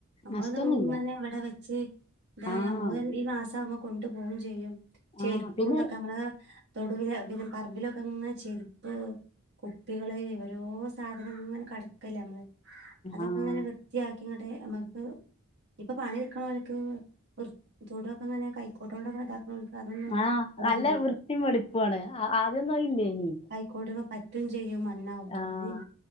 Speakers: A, on the right; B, on the left.
A: അമ്മൾതിങ്ങനെ
B: നഷ്ടൊന്നുല്ല
A: ഇവടെ വെച്ച് എന്തായാ
B: ആഹ്
A: മ്മള് ഈ മാസാവുമ്പോ കൊണ്ടു പോവും ചയ്യും. ചെരുപ്പുന്തൊക്കെ
B: ആഹ് പിന്നെ
A: അമ്മള് തൊടൂല് പിന്നെ പറമ്പിലൊക്കെങ്ങെ ചെരുപ്പ് കുപ്പികള് ഓരോ സാധനങ്ങനെ കട ക്കല്ലേ അമ്മള് അതൊക്കെങ്ങനെ
B: ആഹ്
A: ത്തിയാക്കിങ്ങട്ട് അമ്മക്ക് ഇപ്പൊ പണി ഇട്ക്ണോൽക്ക് വൃ തൊടുക്കെങ്ങനെ കൈക്കോട്ടോണ്ടക്കെ ഇതാക്ക്ണോൽക്ക് അതൊന്നും
B: ആഹ്
A: ഒല്ജ്
B: നല്ല വൃത്തിം വെടുപ്പാണ് ആ ആദ്യന്നും അയില്ലേനീ.
A: കൈക്കോട്ട്മ്മേ പറ്റും ചെയ്യും മണ്ണാവും
B: ആഹ്
A: കന്തി